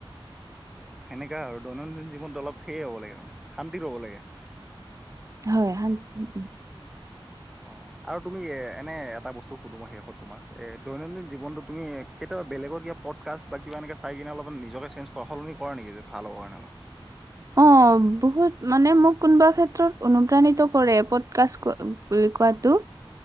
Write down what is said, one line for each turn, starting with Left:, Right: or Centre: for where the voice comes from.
Centre: অ, সেনেকা আৰু দৈনন্দিন জীৱনটো অলপ সেয়ে হ'ব লাগে আৰু শান্তিত হ'ব লাগে আৰু।
Right: হয় শান্তি
Centre: অ, আৰু তুমি এ এনে এটা বস্তু সুধো মই শেষত তোমাক এ দৈনন্দিন জীৱনটো তুমি কেতিয়াবা বেলেগৰ কিব পড কাষ্ট বা কিবা এনেকে চাই কিনে অলপমান নিজকে চেঞ্জ কৰা সলনি কৰা নেকি? <unintelligible> ভাল হব কাৰনে অলপ।
Right: অ', বহুত মানে মোক কোনোবা ক্ষেত্ৰত অনুপ্ৰাণিত কৰে পদকাষ্ট <unintelligible> কোৱাটো?